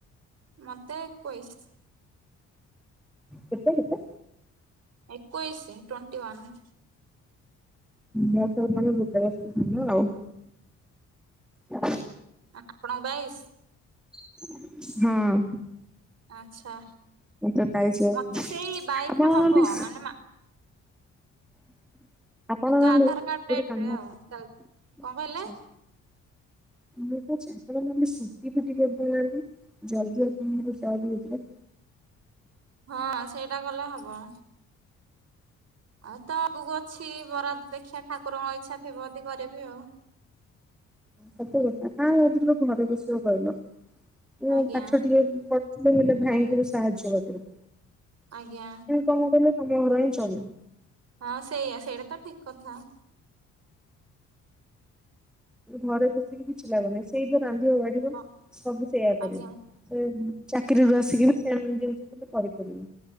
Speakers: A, on the right; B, in the centre.
A: ମତେ ଏକୋଇଶ
B: କେତ କେ
A: ଏକୁୋଇଇସି ଟ୍ୱଣ୍ଟିୱନ୍
B: ରେ ଭଟାଲ ଆଉ ହ
A: ଆପଣ ବାଇଶ
B: ହଁ
A: ଆଚ୍ଛା
B: ମତେ ବାଇଶି ବର୍ଷ।
A: ମତେ ସେଇ ବାଇଶି
B: ଆପଣ
A: ହବ
B: ନହେଲେ
A: ମାନେ ମା
B: <inaudible> ଆପଣ
A: ଏମତି
B: ନଲେ
A: ଆଧାର କାର୍ଡ ଡେଟ
B: ଗୋଟେ କାମା
A: ରେ ଆଉ
B: ଆଚ୍ଛା।
A: ଚାଲିଛି। କଣ କହିଲେ?
B: ମୁଁ କଛିପମେ ସିଟି ଫିଟି କରିଦେଲେ ନି ଜଲଦି ଆପଣ ହେଇଥିଲା
A: ହଁ ସେଇଟା କଲେ ହବ। ଆଉ ତ ଆଗକୁ ଅଛି ବରା ଦେଖିିବା ଠାକୁରଙ୍କ ଇଚ୍ଛା ଥିବ ଯଦି କରିବି ଆଉ।
B: ସତ କଥା କା ହେିବ କଣର ବିଷ କହିଲ ଏ
A: ଆଜ୍ଞା
B: କଠ ଟିକେ ପ ଗେ ଭାଇଙ୍କ ରୁ ସାହାଯ୍ୟ କରିବ।
A: ଆଜ୍ଞା।
B: କଣ କିଲେ ତମ ଘର ହିଁ ଚମି
A: ହଁ ସେଇଆା ସେଇଟା ତ ଠିକ କଥା।
B: ଘରେ ବସିକି କିଛି ଲାଗୁନିଁ ସେଇଦ ରାନ୍ଧିବ ବାଢିବ
A: ହଁ
B: ସବୁ ସେଇଆ
A: ଆଜ୍ଞା
B: କରିବ। ସେ ଚାକିରିରୁୁ ଆସିକି ବି ସେ ଜିନିଷ କେ କରିପାରିବେ।